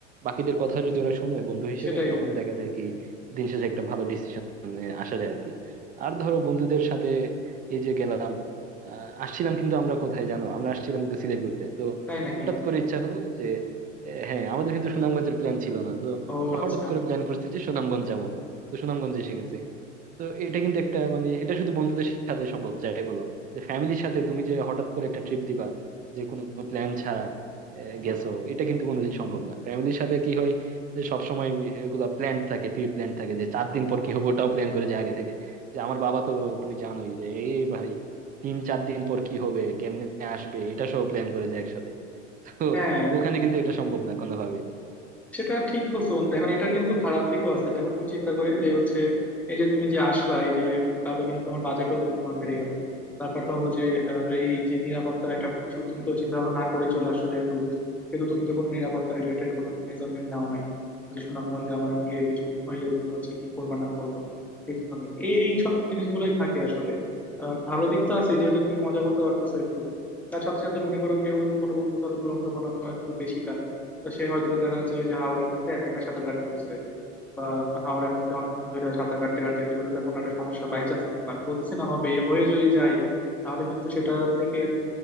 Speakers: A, on the right (about 25°); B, in the centre.
A: বাকিদের কথা যদি ওরা শুনে বন্ধু হিসেবে
B: সেটাই
A: তখন
B: বন্ধু
A: দেখা যায় কি দিন শেষে একটা ভালো ডিসিশনে আসা যায় আর কি আর ধরো বন্ধুদের সাথে এই যে গেলাম আহ, আসছিলাম কিন্তু আমরা কোথায় জানো আমরা আসছিলাম কিন্তু সিলেট ঘুরতে তো
B: তাই নাকি
A: হঠাৎ করে ইচ্ছা হলো যে আহ, হ্যাঁ আমাদের কিন্তু সুনামগঞ্জের প্ল্যান ছিল না তো
B: ও
A: ওরা
B: আচ্ছা
A: হঠাৎ করে প্ল্যান করছে যে সুনামগঞ্জ যাবো তো সুনামগঞ্জে এসে গেছে তো এটা কিন্তু একটা মানে এটা শুধু বন্ধুদের সাথে সম্ভব যাই বলো যে ফ্যামিলির সাথে তুমি যে হঠাৎ করে একটা ট্রিপ দিবা যে কোনো প্ল্যান ছাড়া আহ, গেছো এটা কিন্তু কোনোদিন সম্ভব না ফ্যামিলির সাথে কি হয় যে সবসময় এগুলা প্ল্যান থাকে প্রি প্ল্যান থাকে যে চার দিন পর কি হবে ওটাও প্ল্যান করে যায় আগে থেকে যে আমার বাবা তো তুমি জানোই যে এই ভাই তিন চার দিন পর কি হবে কেমনে আসবে এটা সব প্ল্যান করে যায় একসাথে তো
B: হ্যাঁ
A: ওখানে কিন্তু এটা সম্ভব না কোনোভাবে
B: সেটা ঠিক বলছো বন্ধু এখন এটা কিন্তু খারাপ দিকও আছে দেখো তুমি চিন্তা করে যে হচ্ছে এই যে তুমি যে আসলা এই যে উম, তাহলে কিন্তু তোমার বাজেটও তোমার বেড়ে গেল তারপর ধরো যে আহ, এই যে নিরাপত্তার একটা ইস্যু তুমি তো চিন্তা ভাবনা না করে চলে আসছো যেহেতু কিন্তু তুমি তো কোনো নিরাপত্তা রিলেটেড কোনো মেজারমেন্ট নাও নাই যে সুনামগঞ্জে আমার গিয়ে কিছু হইলে তুমি হচ্ছে কি করবা না করবা এই ধরনের এই সব জিনিসগুলোই থাকে আসলে আহ, ভালো দিক তো আছে যেহেতু তুমি মজা করতে পারতেছো একটু তার সাথে সাথে মনে করো কেউ কোনো বন্ধু ধরো দুরন্ত কোনো একটু বেশি তার তো সে হয়তো দেখা যাচ্ছে ওই যে হাওরের মধ্যে একা একা সাঁতার কাটতে গেছে বা হাওরের মধ্যে অনেকক্ষণ ধরে সাঁতার কাটতে কাটতে তো যদি তার কোনো একটা সমস্যা বাই চান্স আমি বলতেছি না হবে হয়ে যদি যায় তাহলে কিন্তু সেটা থেকে